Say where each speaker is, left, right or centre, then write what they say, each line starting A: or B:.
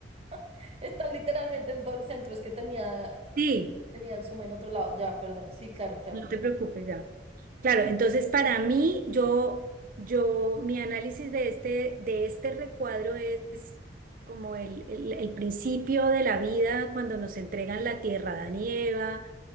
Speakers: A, on the right; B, on the right.
A: <laughs> Están literalmente en todo el centro, es que tenía,
B: Sí.
A: tenía el zoom en otro lado, ya, perdón. Sí, claro, claro.
B: No te preocupes ya. Claro, entonces para mí, yo, yo, mi análisis de este, de este recuadro es como el, el, el principio de la vida cuando nos entregan la tierra, Adán y Eva,